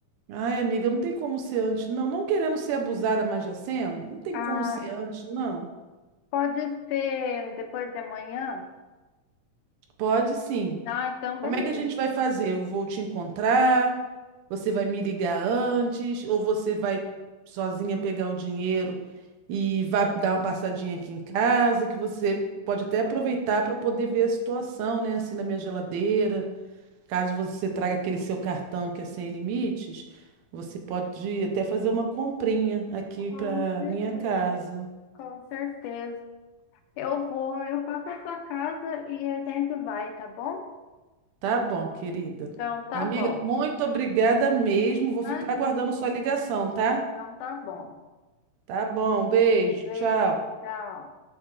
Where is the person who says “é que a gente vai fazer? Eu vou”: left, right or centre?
Right